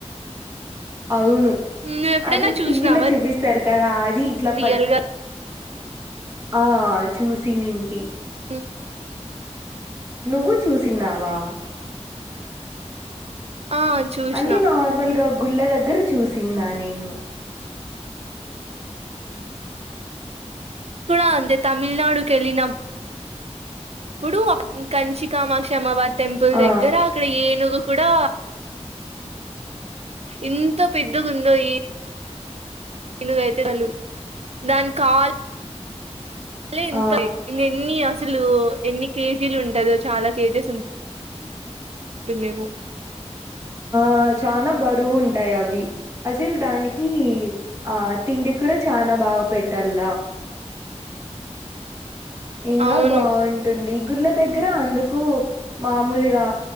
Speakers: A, on the right; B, on the right.
A: అవును
B: నువ్వు ఎప్పుడైనా
A: అది
B: చూసినావా
A: టీవీలో చూపిస్తారు కదా అది ఇట్లా
B: రియల్
A: ప
B: గా
A: ఆ చూసి నింటి
B: హ
A: నువ్వు చూసిన్నావా
B: ఆ చూసిన
A: అంటే నార్మల్గా గుళ్ళ దగ్గర చూసిన్నా నేను
B: దకుళ అందే తమిళనాడుకెళ్ళన ఇప్పుడు కంచి కామాక్షమ్మ టెంపుల్
A: ఆ
B: దగ్గర అక్కడ ఏనుగు కూడా ఇంత పెద్దగ ఉందో ఈ ననుగైతే చలు దాని కాల్ అ ఎంత
A: ఆ
B: ఇ ఎన్ని అసలు ఎన్ని కేజీలు ఉంటందో చాలా కేజీస్ ఉంట పన్నే
A: ఆ చాలా బరువు ఉంటాయి అవి అసలు దానికి ఆ తిండి కూడా చాలా భాగ పెట్టలా ఇంకా
B: అవును
A: బాగుంటుంది గుళ్ళ దగ్గర అందుకు మామూలుగా